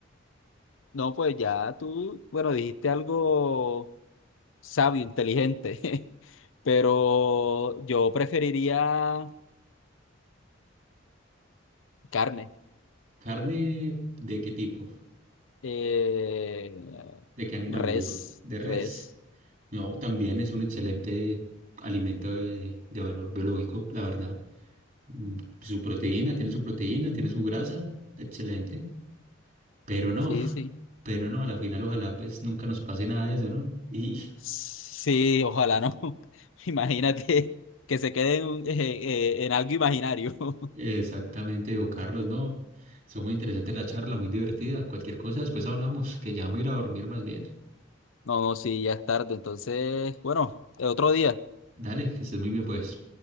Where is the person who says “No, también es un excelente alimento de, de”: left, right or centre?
Right